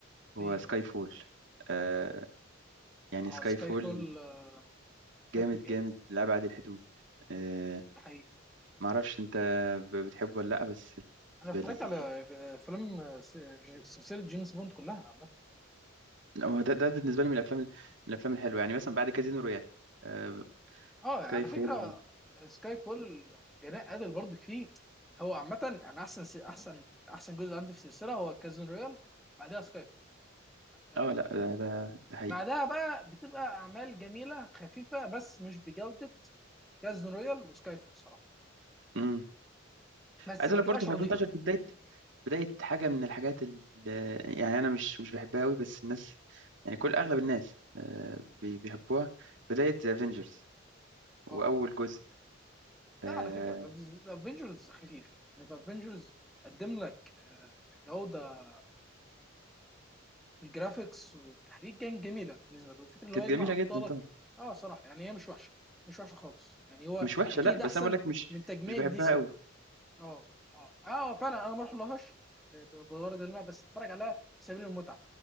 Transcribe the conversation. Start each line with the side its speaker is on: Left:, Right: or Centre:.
Right: هو
Centre: ايه
Right: سكاي فول آه يعني
Centre: اه
Right: سكاي
Centre: سكاي
Right: فول
Centre: فول آه، سكاي
Right: جامد
Centre: فول جامد
Right: جامد لأبعد الحدود آه
Centre: ده حقيقي
Right: معرفش انت ب- بتحبه ولا لأ بس
Centre: انا
Right: بالنسبة
Centre: اتفرجت
Right: لي
Centre: على افلام سلسله جيمس بوند كلها عامه
Right: هو ده, ده بالنسبة لي من الأفلام ال- من الأفلام الحلوة يعني مثلا بعد كازينو رويال آه
Centre: اه على
Right: سكاي فول
Centre: فكره سكاي فول جناء قادر برضك فيه هو عامه انا احسن س... احسن احسن جزء عندي في السلسله هو كازون رويال بعدها سكاي فول ده
Right: اه
Centre: اكيد
Right: آه، لا
Centre: يعني
Right: ده ده, ده حقيقي
Centre: بعدها بقى بتبقى اعمال جميله خفيفه بس مش بجوده كازون رويال وسكاي فول صراحه
Right: امم
Centre: بس
Right: عايز
Centre: ما
Right: اقول
Centre: تبقاش
Right: لك برضه في
Centre: رديئه
Right: 2013 دي بداية بداية حاجة من الحاجات اللي يعني أنا مش مش بحبها قوي بس الناس يعني كل أغلب الناس آه بي- بيحبوها بداية ذا افنجرز وأول
Centre: اه
Right: جزء آه،
Centre: لا على فكره ذا افنجرز خفيفه يعني ذا افنجرز قدم لك آه، جوده الجرافيكس والتحريك كان جميله بالنسبه له الفكره اللي
Right: كانت
Centre: هو يجمع
Right: جميله
Centre: ابطالك
Right: جدا طبعا
Centre: اه صراحه يعني هي مش وحشه مش وحشه خالص يعني هو
Right: مش وحشه
Centre: اكيد
Right: لا بس
Centre: احسن
Right: انا بقول لك مش
Centre: من تجميع
Right: مش بحبها
Centre: دي سي
Right: قوي
Centre: اه اه اه فعلا انا ما اروح لهاش ب- ب- بغرض الماء بس اتفرج عليها في سبيل المتعه